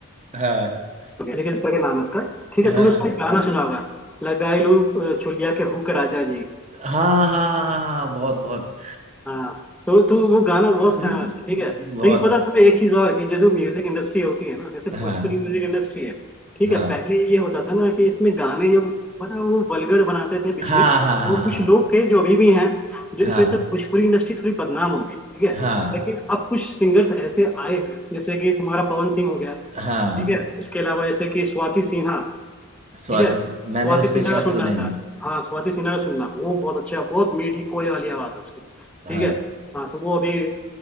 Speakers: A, on the right; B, in the centre.
A: हाँ
B: अकेला ठीक है, इस तरह के नाम है उसका ठीक है
A: हाँ
B: तुमने
A: हाँ
B: उसका एक गाना सुना होगा लगाई लू अ, चोलिया के हुक राजा जी
A: हाँ हाँ हाँ, हाँ, हाँ, हाँ, बहुत बहुत
B: हाँ तो तो वो गाना बहुत
A: <laughs>
B: फेमस है ठीक
A: बहुत
B: है लेकिन पता है तुम्हें एक चीज और कि जो जो म्यूजिक इंडस्ट्री होती है ना जैसे
A: हाँ
B: भोजपुरी म्यूजिक इंडस्ट्री है ठीक
A: हाँ
B: है पहले ये होता था ना कि इसमें गाने जब बड़ा वो वल्गर बनाते थे बीच
A: हाँ
B: में
A: हाँ
B: वो
A: हाँ
B: कुछ लोग थे जो अभी भी हैं जो
A: हाँ
B: इस वजह से भोजपुरी इंडस्ट्री थोड़ी बदनाम हो गई ठीक है
A: हाँ
B: लेकिन अब कुछ सिंगर्स ऐसे आए हैं जैसे कि तुम्हारा पवन सिंह हो गया
A: हाँ हाँ
B: ठीक है इसके अलावा जैसे कि स्वाति सिन्हा
A: स्वादिष्ट
B: ठीक है स्वाति
A: मैंने उसके
B: सिन्हा
A: शायद
B: का सुनना
A: सुने
B: है
A: नहीं
B: यार हाँ स्वाति सिन्हा का सुनना वो बहुत अच्छा बहुत मीठी कोयल वाली आवाज है उसकी
A: हाँ
B: ठीक है हाँ तो वो अभी अ,